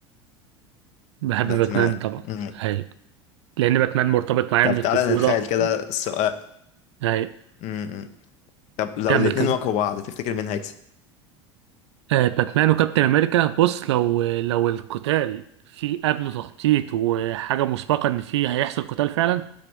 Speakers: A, on the right; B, on the left.
A: <laughs> بحب
B: باتمان
A: باتمان طبعا
B: مم.
A: ايوه لان باتمان مرتبط معايا
B: طب
A: من الطفوله
B: تعالى نتخيل كده السؤال
A: ايوه
B: مم، مم. طب لو
A: كمل
B: الاتنين
A: كمل
B: واجهوا بعض تفتكر مين هيكسب
A: آه، باتمان وكابتن امريكا بص لو لو القتال في قبله تخطيط وحاجه مسبقه ان في هيحصل قتال فعلا